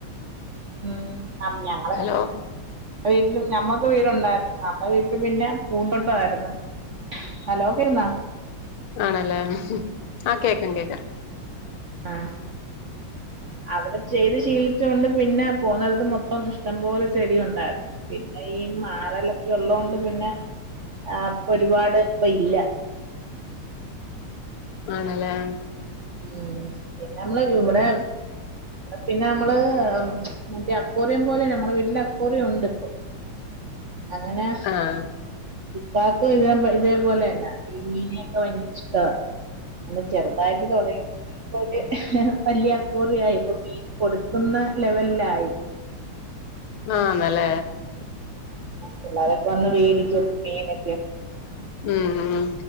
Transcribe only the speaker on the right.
ഉം ആ ഞങ്ങൾ
വീട്ടില് ഞമ്മക്ക് വീടുണ്ടായിരുന്നു നമ്മുടെ വീട്ടിൽ പിന്നെ പൂന്തോട്ട ആയിരുന്നു ഹലോ കേക്കുന്ന
ആഹ് അവിടെ ചെയ്ത് ശീലിച്ചൊണ്ട് പിന്നെ പോന്നടത്ത് മൊത്തം ഇഷ്ടംപോലെ ചെടി ഉണ്ടായിരുന്നു പിന്നെ ഈ മാറല ഉള്ളത് കൊണ്ട് പിന്നെ ആപ്പ് ഒരുപാട് ഇപ്പൊ ഇല്ല
ഉം പിന്നെ നമ്മള് ഇവിടെ പിന്നെ നമ്മള് മറ്റേ അക്കോറിയം പോലെ നമ്മടെ വീട്ടില അക്കോറിയം ഉണ്ട് ഇപ്പൊ അങ്ങനെ
കാക്കു ഇതെ ഇതേപോലെ യെന്നാ ഈ മീനിനെയൊക്കെ ഭയങ്കര ഇഷ്ടവാ <unintelligible> തൊട ഒര് വല്ലിയ അക്കോറിയായി ഇപ്പം മീൻ കൊട്ക്കുന്ന ലെവലായി
പിള്ളേരൊക്കെ വന്ന് മേടിക്കും മീന്